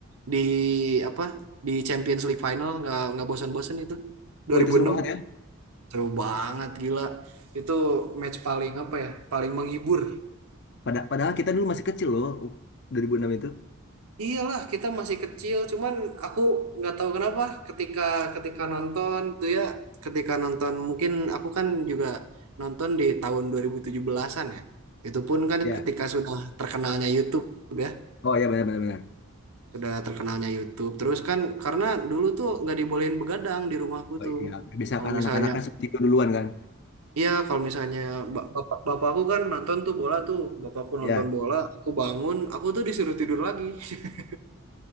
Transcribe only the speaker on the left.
Oh, itu seru banget ya.
Pada, padahal kita dulu masih kecil loh 2006 itu.
Ya.
Oh ya benar benar benar.
Oh
iya, bisa
kan
anak-anak kan seperti itu duluan kan.
Ya.
<laughs>